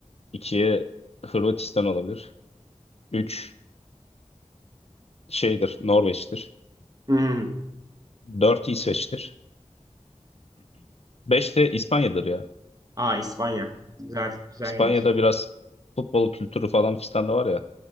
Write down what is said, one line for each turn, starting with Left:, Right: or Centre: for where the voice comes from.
Left: İkiye Hırvatistan olabilir. Üç şeydir, Norveç'tir.
Right: Hmm.
Left: Dört İsveç'tir. Beş de İspanya'dır ya.
Right: Aa İspanya. Güzel, güzel
Left: İspanya'da
Right: yerler.
Left: biraz futbol kültürü falan fistan da var ya.